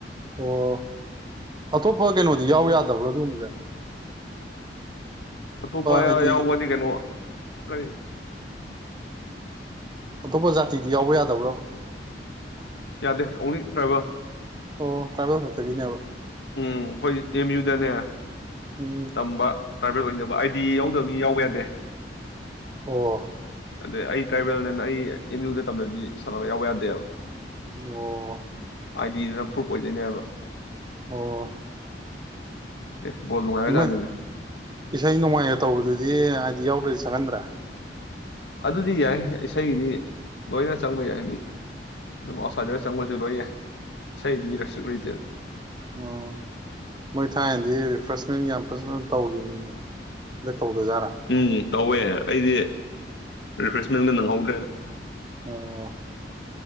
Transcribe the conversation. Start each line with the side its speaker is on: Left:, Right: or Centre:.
Right: ꯑꯣ ꯑꯇꯣꯞꯄ ꯀꯩꯅꯣꯗꯤ ꯌꯥꯎ ꯌꯥꯗꯕ꯭ꯔꯣ ꯑꯗꯨꯒꯨꯝꯕꯁꯦ
Left: ꯑꯇꯣꯞꯄ ꯌꯌꯥꯎꯕꯗꯤ
Right: ꯍꯥꯏꯗꯤ
Left: ꯀꯩꯅꯣ ꯂꯩ
Right: ꯑꯇꯣꯞꯄ ꯖꯥꯇꯤꯗꯤ ꯌꯥꯎꯕ ꯌꯥꯗꯕ꯭ꯔꯕ
Left: ꯗꯦ ꯑꯣꯡꯂꯤ ꯇ꯭ꯔꯥꯏꯕꯦꯜ
Right: ꯑꯣ ꯇ꯭ꯔꯥꯏꯕꯦꯜ ꯈꯛꯇꯒꯤꯅꯦꯕ
Left: ꯎꯝ ꯑꯩꯈꯣꯏ ꯑꯦꯝ ꯌꯨꯗꯅꯦ
Right: ꯎꯝ
Left: ꯇꯝꯕ ꯇ꯭ꯔꯥꯏꯕꯦꯜ ꯑꯣꯏꯗꯣꯏꯕ ꯑꯥꯏꯗꯤ ꯌꯥꯎꯗꯕ ꯃꯤ ꯌꯥꯎꯕ ꯌꯥꯗꯦ
Right: ꯑꯣ
Left: ꯑꯗꯩ ꯑꯩ ꯇ꯭ꯔꯥꯏꯕꯦꯜꯅꯦꯅ ꯑꯩ ꯑꯦꯝ ꯌꯨꯗ ꯇꯝꯗꯗꯤ ꯁꯥꯟꯅꯕ ꯌꯥꯎꯕ ꯌꯥꯗꯦꯕ
Right: ꯑꯣ
Left: ꯑꯥꯏꯗꯤꯗꯨꯅ ꯄ꯭ꯔꯨꯨꯞ ꯑꯣꯏꯗꯣꯏꯅꯦꯕ
Right: ꯑꯣ
Left: ꯑꯦ ꯕꯣꯜ ꯅꯨꯡꯉꯥꯏꯔꯀꯥꯟꯅꯤꯗ
Right: ꯃꯣꯏ ꯏꯁꯩ ꯅꯣꯡꯃꯥꯏꯒ ꯇꯧꯕꯗꯨꯗꯤ ꯑꯥꯏꯗꯤ ꯌꯥꯎꯗ꯭ꯔꯗꯤ ꯆꯪꯍꯟꯗ꯭ꯔꯦ
Left: ꯑꯗꯨꯗꯤ ꯌꯥꯏ ꯏꯁꯩꯒꯤꯗꯤ ꯂꯣꯏꯅ ꯆꯪꯕ ꯌꯥꯏ ꯃꯤ ꯑꯗꯨꯝ ꯑꯥꯎꯁꯥꯏꯗꯔ
Right: ꯑꯣ
Left: ꯆꯪꯕꯁꯨ ꯂꯣꯏ ꯌꯥꯏ ꯏꯁꯩꯗꯤ ꯔꯦꯁꯇ꯭ꯔꯤꯛ ꯂꯩꯇꯦꯗ
Right: ꯎꯝ ꯃꯣꯏ ꯊꯥꯏꯅꯗꯤ ꯔꯤꯐ꯭ꯔꯦꯁꯃꯦꯟ ꯌꯥꯝ ꯐꯖꯅ ꯇꯧꯈꯤꯕꯅꯤꯅꯦ ꯍꯟꯗꯛ ꯇꯧꯗꯖꯥꯔꯥ
Left: ꯎꯝ ꯇꯧꯋꯦ ꯑꯩꯗꯤ ꯔꯤꯐ꯭ꯔꯦꯁꯃꯦꯟꯒ ꯅꯪꯍꯧꯗ꯭ꯔꯦ
Right: ꯑꯣ